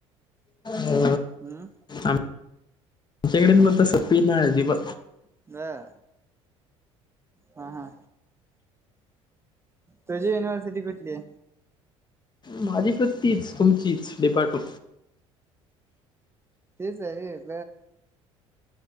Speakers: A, on the left; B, on the right.
A: हो
B: हम्म
A: आम् आमच्याकड म तस पीन अजिबा
B: नया हा हा तुझी युनिव्हर्सिटी कुठलीये?
A: माझी पण तीच तुमचीच डी पा टू
B: तेच हाय रे